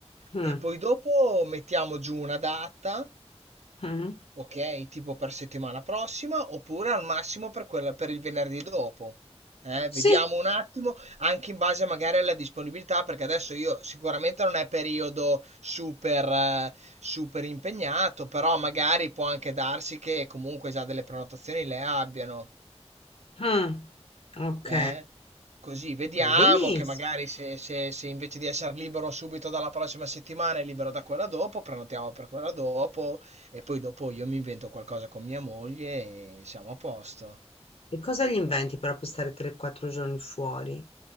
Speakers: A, on the left; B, on the right.
A: Mm,
B: E poi dopo mettiamo giù una data
A: mm,
B: Ok, tipo per settimana prossima oppure al massimo per quella, per il venerdì dopo. Eh,
A: Sì,
B: vediamo un attimo, anche in base magari alla disponibilità, perché adesso io sicuramente non è periodo super, eh, super impegnato, però magari può anche darsi che comunque già delle prenotazioni le abbiano.
A: mm, ok,
B: Eh? Così vediamo
A: va benissimo.
B: che magari se, se- se invece di essere libero subito dalla prossima settimana è libero da quella dopo, prenotiamo per quella dopo e poi dopo io mi invento qualcosa con mia moglie e siamo a posto.
A: E cosa gli inventi però per stare 3-4 giorni fuori?